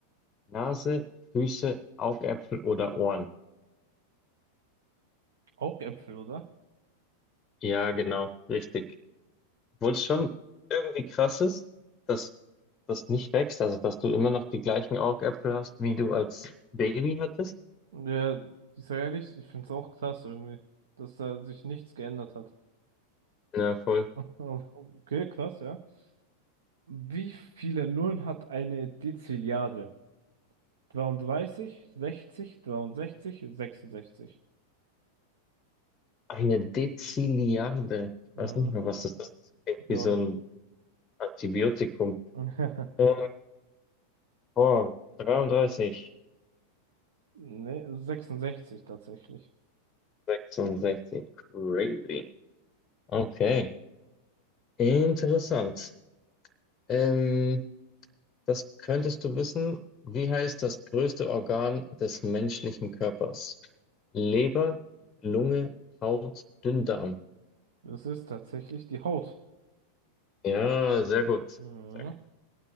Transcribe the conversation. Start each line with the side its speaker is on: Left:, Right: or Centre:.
Left: Nase, Füße, Augäpfel oder Ohren?
Right: Augäpfel, oder?
Left: Ja, genau, richtig. Obwohl
Right: Ja,
Left: es schon irgendwie krass ist, dass das nicht wächst, also dass du immer noch die gleichen Augäpfel hast, wie du als Baby hattest.
Right: Ja, ich sag ehrlich, ich find's auch krass irgendwie, dass da sich nichts geändert hat.
Left: Na, voll.
Right: <laughs> Okay, krass, ja. Wie viele Nullen hat eine Dezilliarde? 33, 60, 63, 66.
Left: Eine Dezilliarde. Ich
Right: Mhm.
Left: weiß nicht mehr, was das ist. Das klingt
Right: Gar
Left: wie so
Right: nicht.
Left: ein Antibiotikum.
Right: <laughs>
Left: Ähm, Boah, 33.
Right: Nee, 66 tatsächlich.
Left: sechsundsechzig Crazy. Okay. Interessant. Ähm, das könntest du wissen. Wie heißt das größte Organ des menschlichen Körpers? Leber, Lunge, Haut, Dünndarm.
Right: Es ist tatsächlich die Haut.
Left: Ja, sehr gut.
Right: Mhm.
Left: Sehr gut.